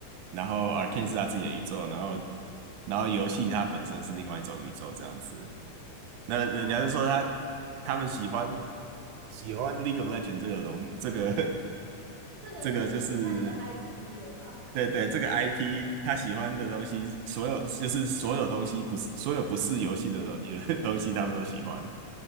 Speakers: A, on the right; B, on the right.
A: 然后
B: 哦
A: Arcane 是他自己的宇宙，然后然后游戏它本身是另外一种宇宙这样子。那人家就说他
B: 哦，
A: 他们喜欢喜欢 League of Legends 这个荣这个 <laughs>
B: 这个已经很像一个
A: 这个就是
B: IP 了吧？
A: 对对这个 IP 他喜欢的东西，所有就是所有东西不是所有不是游戏的东有 <laughs> 东西他们都喜欢，